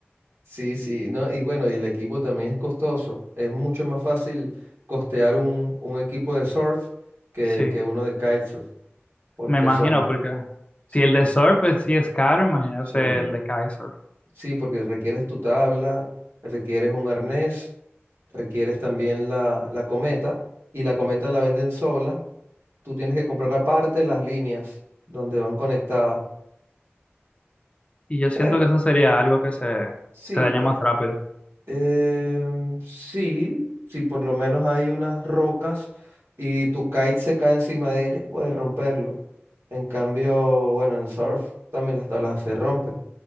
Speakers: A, on the right; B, on the left.
A: sí, sí, ¿no? Y bueno, y el equipo también es costoso. Es mucho más fácil costear un, un equipo de surf que,
B: Sí,
A: que uno de kitesurf, porque
B: me imagino,
A: son,
B: porque
A: sí,
B: si el de surf pues, sí es caro, imagínate
A: sí,
B: el de kitesurf
A: sí, porque requieres tu tabla, requieres un arnés requieres también la, la cometa y la cometa la venden sola. Tú tienes que comprar aparte las líneas donde van conectadas.
B: Y yo siento
A: Pero
B: que eso sería algo que se,
A: sí,
B: se daña
A: pe-
B: más rápido.
A: em, sí, si por lo menos hay unas rocas y tu kite se cae encima de ellas, puedes romperlo. En cambio, bueno, en el surf también las tablas se rompen.